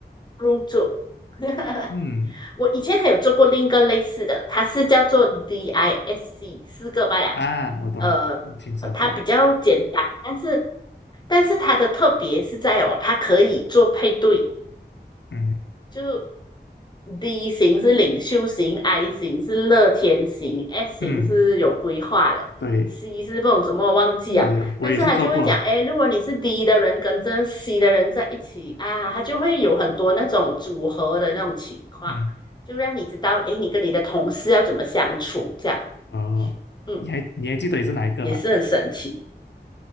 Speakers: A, on the left; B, on the left.
A: 入座。<laughs>
B: 嗯
A: 我以前还有做过另一个类似的，它是叫做 DISC，四个罢了。
B: 啊，我懂，
A: 呃，
B: 我听说过，
A: 它比较简单，但是但是它的特别是在哦，它可以做配对，
B: 嗯
A: 就 D 型是领袖型，I 型是乐天型，S
B: 嗯，
A: 型是有规划的，C
B: 对，
A: 是不懂怎么忘记啊。
B: 有有，我也是做过啊，
A: 但是他就会讲，哎，如果你是 D 的人跟这 C 的人在一起啊，他就会有很多那种组合的那种情况，
B: 嗯
A: 就让你知道，哎，你跟你的同事要怎么相处，这样，
B: 哦，
A: 嗯，
B: 你还你还记得你是哪一个吗？
A: 也是很神奇。